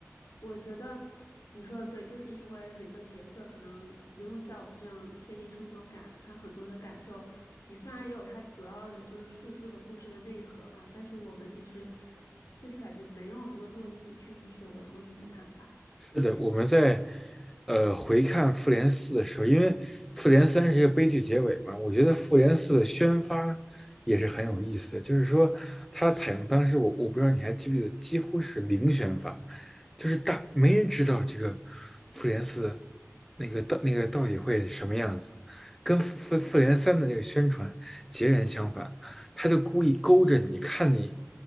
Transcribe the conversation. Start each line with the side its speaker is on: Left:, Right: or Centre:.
Left: 我觉得你说的对，就是因为每个角色可能没有像我们这样贴近生活感，他很多的感受，你虽然也有他主要的就是叙述的故事的内核吧，但是我们其实就感觉没有这么落地，确实是我同意你的看法。
Centre: 是的，
Left: 对。
Centre: 我们在呃回看《复联四》的时候，因为《复联三》是一个悲剧结尾嘛，我觉得《复联四》的宣发也是很有意思的，就是说它采用当时我我不知道你还记不记得，几乎是零宣发，就是大没人知道这个《复联四》那个到那个到底会什么样子，跟复《复复联三》的这个宣传截然相反。他就故意勾着你，看你，